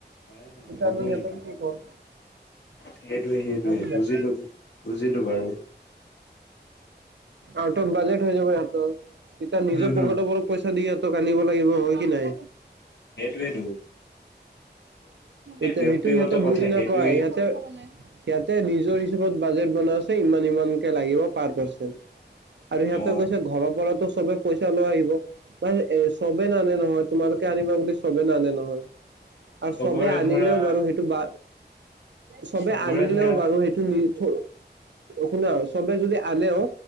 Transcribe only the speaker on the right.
তেতিয়া
আমি সিহঁতক
কি ক'ম?
হয় কি নাই
আউট অফ বাজেট হৈ যাব সিহঁতৰ তেতিয়া নিজৰ
পকেটৰ
ওপৰত পইচা দি ইত আনিব লাগিব, হয় কি নাই?
এতিয়া
সেইটো সিহঁতে
বুজি নাপায়
ইহঁতে সিহঁতে নিজৰ বাজেট বনাই আছে ইমান ইমানকে লাগিব পাৰ পাৰ্চন। আৰু সিহঁতে
কৈছে ঘৰৰ পৰাতো চবে পইচা লৈ আহিব ম এ চবেই নানে নহয়। তোমালোকে আনিবা বুলি চবে নানে নহয় আৰু
চবে আনিলেও
বাৰু সেইটো বা চবে
আনিলেও
বাৰু সেইটো নি থ শুনা চবে যদি আনেও